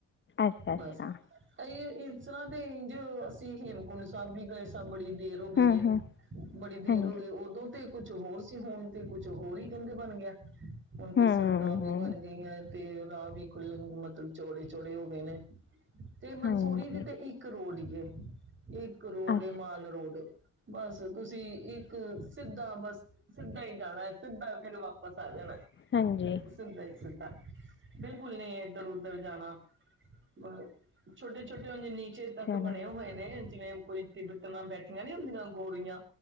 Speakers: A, on the left; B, on the right.
A: ਅੱਛਾ ਅੱਛਾ
B: ਬਸ। ਏਸ ਤਰਾਂ ਤੇ ਇੰਝ ਅਸੀਂ ਹੇਮਕੁੰਟ ਸਾਬ ਵੀ ਗਏ ਸਾਂ ਬੜੀ ਦੇਰ ਹੋਈ
A: ਹੂੰ
B: ਐ,
A: ਹੂੰ
B: ਬੜੀ ਦੇਰ
A: ਹਾਂਜੀ
B: ਹੋ ਗਈ ਓਦੋਂ ਤੇ ਕੁੱਝ ਕੁਛ ਹੋਰ ਸੀ ਹੁਣ ਤੇ ਕੁਛ ਹੋਰ ਈ ਕੈਂਦੇ ਬਨ ਗਿਆ ਹੁਣ ਤੇ
A: ਹੂੰ
B: ਸੜਕਾਂ ਵੀ
A: ਹੂੰ
B: ਬਣ ਗਈਆਂ ਐ। ਤੇ ਰਾਹ ਵੀ ਖੁੱਲ ਮਤਲਬ ਚੌੜੇ-ਚੌੜੇ ਹੋ ਗਏ ਨੇ, ਤੇ ਮਨਸੂਰੀ
A: ਹਾਂਜੀ
B: ਦੀ ਤੇ ਇੱਕ ਇੱਕ ਰੋਡ ਈ ਏ, ਇੱਕ ਰੋਡ
A: ਅੱਛਾ
B: ਏ ਮਾਲ ਰੋਡ। ਬਸ ਤੁਸੀਂ ਇੱਕ ਸਿੱਧਾ ਬਸ ਸਿੱਧਾ ਈ ਜਾਣਾ ਐ, ਸਿੱਧਾ- ਫੇਰ ਵਾਪਸ ਆ ਜਾਨਾ ਐ।
A: ਹਾਂਜੀ
B: ਸਿਦਾ ਈ ਸਿਦਾ, ਬਿਲਕੁਲ ਨਈ ਏਦਰ-ਓਦਰ ਜਾਨਾ। ਬਸ ਛੋਟੇ-ਛੋਟੇ ਹੁੰਦੇ ਨੀ ਨੀਚੇ ਤਕ
A: ਚਲੋ
B: ਬਣੇ ਹੋਏ ਨੇ ਜਿਵੇਂ ਕੋਈ ਤਿੱਬਤਨਾ ਬੈਠੀਆਂ ਨੀ ਹੁੰਦੀਆਂ ਗੋਰੀਆਂ-